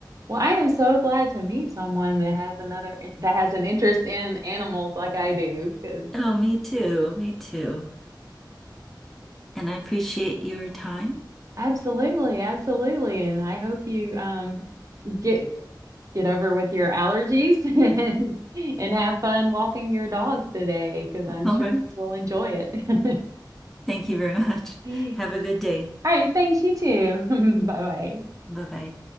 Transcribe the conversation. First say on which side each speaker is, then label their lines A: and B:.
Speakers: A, on the right (about 45°); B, in the centre.
A: Well, I am so glad to meet someone that has another that has an interest in animals like I do, because
B: Oh, me too. Me too. And I appreciate your time.
A: absolutely, absolutely. And I hope you um get get over with your allergies <laughs> and, and have fun walking your dogs today, because I'm
B: All
A: sure
B: right.
A: we'll enjoy it.
B: Thank you very <laughs> much.
A: <laughs>
B: Have a good day.
A: All right, thanks, you too. <laughs> Bye bye.
B: Bye bye.